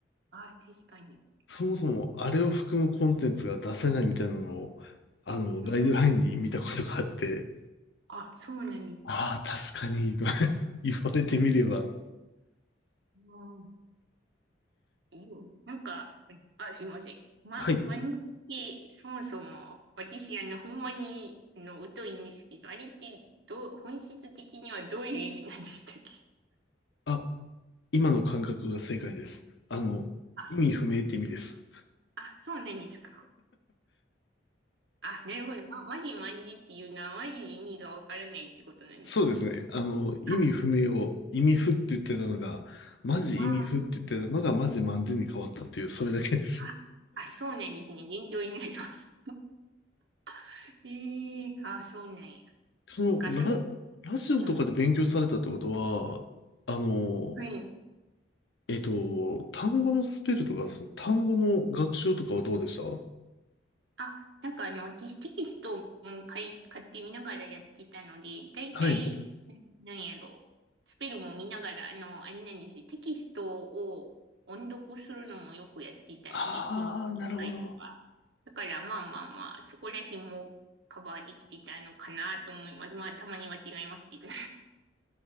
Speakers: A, on the right; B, on the left.
A: あ、確かに。
B: そもそもあれを含むコンテンツが出せないみたいなのを、あの、
A: うん。
B: ガイドラインに見たことがあって、
A: あ、そうなんですか。
B: ああ、確かに、と <laughs> 言われてみれば、
A: ねえ。うんうなんか、あ、すいません。ま、
B: はい。
A: 漫画ってそもそも、私、あの、ほんまに、あの、疎いんですけど、あれって、どう、本質的にはどういう意味なんでしたっけ
B: あ、今の感覚が正解です。あの、
A: あ、
B: 意味不明って意味です。
A: あ、そうなんですか。あ、なるほど。ま、マジマンジっていうのは、マジで意味がわからないってことなんですね。
B: そうですね。あの、意味不明を意味不って言ってたのが、
A: あ、
B: マジ意味不って言ってたのが、
A: あ、
B: マジマンジに変わったっていう、それだけです。
A: あ、あ、そうなんですね。勉強になります。<laughs> ええあ、そうなんや。
B: その、
A: なんか、
B: ラ、
A: そう、
B: ラジオとかで勉強されたってことは、
A: うん。
B: あの、
A: はい。
B: えっと、単語のスペルとか、その単語の学習とかはどうでした
A: あ、なんかあの、私テキストも買い、買ってみながらやってたので、だいたい、
B: はい。
A: ななんやろう。スペルも見ながら、あの、あれなんですよ。テキストを音読するのもよくやっていたので、
B: ああ、
A: 1日1回とか。
B: なるほど。
A: だからまあまあまあ、そこら辺もカバーできてたのかなと思います。まあ、たまには違いますけど。